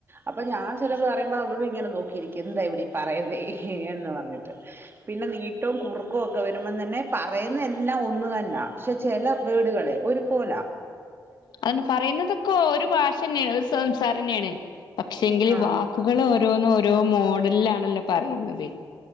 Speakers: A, on the right (about 30°); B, on the left (about 85°).
A: അപ്പൊ ഞാൻ ചെലെത് പറയുമ്പോ അവള് ഇങ്ങനെ നോക്കി ഇരിക്കും എന്താ ഇവളി പറയുന്നേ.. ന്ന് പറഞ്ഞിട്ട് പിന്നെ നീ.. ഏറ്റവും കുറുക്കൊക്കെ വരുമ്പതന്നെ പറയുന്ന എല്ലം ഒന്ന് തന്നാ പക്ഷെ ചെല വേടുകൾ ഒരുപോല.
B: അതന്നെ പറയുന്നതൊക്കെ ഒര് ഭാഷ. ഷന്നെണ് ഒര് സംസാരെന്നെണ് പക്ഷെങ്കില്
A: ആഹ്
B: വാക്കുകള് ഓരോന്നും ഓരോ മോഡൽലാണല്ലോ. പറയുന്നത്